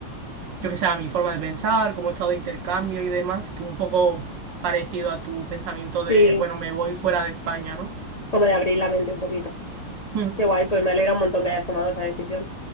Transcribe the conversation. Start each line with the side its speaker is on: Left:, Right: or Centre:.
Right: yo que sé, a mi forma de pensar, como he estado de intercambio y demás, que un poco parecido a tu pensamiento de,
Left: Sí,
Right: bueno, me voy fuera de España, ¿no?
Left: como de abrir la mente un poquito.
Right: Mm.
Left: Qué guay, pues me alegra un montón que hayas tomado esa decisión.